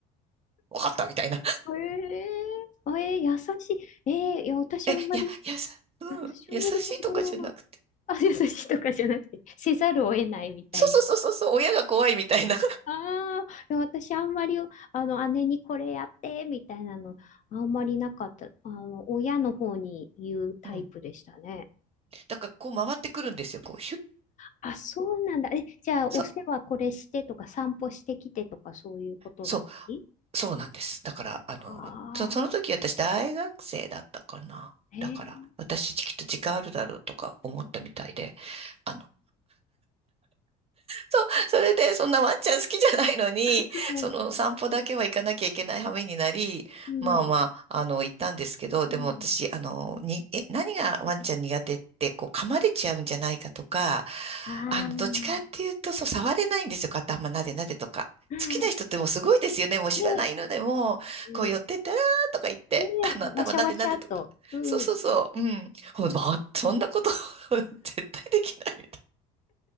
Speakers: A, on the right (about 35°); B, on the left (about 45°).
A: <laughs> 分かったみたいな。
B: えー、えー、優しい。えー、いや、私あんまり、
A: え、いや、いやさ、うん、
B: 私あんまりその、
A: 優しいとかじゃなくて。
B: あ、優しいとかじゃなくて、せざるを得ないみたいな。
A: そうそうそうそう、そう、親が怖いみたいな。
B: ああ、いや私あんまり、あの、姉にこれやって、みたいなの、あんまりなかった。あの、親の方に言うタイプでしたね。
A: うん。だからこう回ってくるんですよ、こう、ヒュッ。
B: あ、そうなんだ。え、じゃあ、
A: そう、
B: お世話これしてとか、散歩してきてとか、そういうことだったり
A: そう。そうなんです。だから、あの、
B: ああ
A: そ、その時私大学生だったかな。
B: ー、えー、
A: だから、私きっと時間あるだろうとか思ったみたいで、あの、そう、<laughs> それで、そんなワンちゃん好きじゃないのに、
B: はい
A: その散歩だけは行かなきゃいけない羽目になり、
B: うん、
A: まあまあ、あの、行ったんですけど、
B: うん。
A: でも私、あの、に、え、何がワンちゃん苦手って、こう、噛まれちゃうんじゃないかとか、
B: ああ、
A: あの、どっちかっていうと、そう、触れないんですよ、頭なでなでとか。
B: は
A: 好きな人ってもうすごいですよね、もう知らないのでも、
B: い。ね、うん、
A: こう寄ってったらーとか言って、
B: ね、
A: あの、頭なでなでとか。
B: わしゃわしゃと。うん、
A: そうそうそう、うん。ほんまあそんなこと <laughs> 絶対できない。